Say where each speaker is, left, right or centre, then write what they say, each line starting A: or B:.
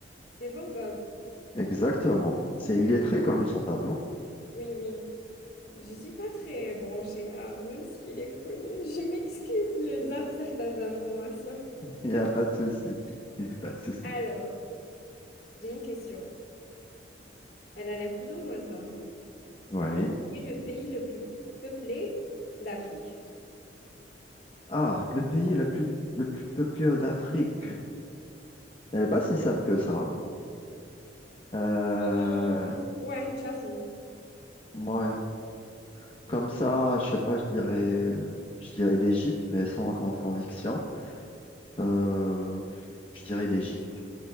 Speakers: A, on the left (about 55°); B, on the left (about 30°).
A: C'est Van Gogh.
B: Exactement. C'est,
A: Ouais.
B: il est très connu son tableau.
A: Oui, oui. Je suis pas très branchée art, même s'il est connu. Je m'excuse, je zappe certaines informations.
B: <laughs> Il n'y a pas de souci. <laughs> Il n'y a pas de souci.
A: Alors, j'ai une question. Elle a l'air plus ou moins simple.
B: Oui.
A: Quel est le pays le plus pu- peuplé d'Afrique?
B: Ah, le pays le plus, le plus peuplé d'Afrique. Elle n'est pas si simple que ça. Euh,
A: Hum, ouais, j'avoue.
B: ouais. Comme ça, je sais pas, je dirais, je dirais l'Égypte, mais sans grande conviction. Euh, je dirais l'Égypte.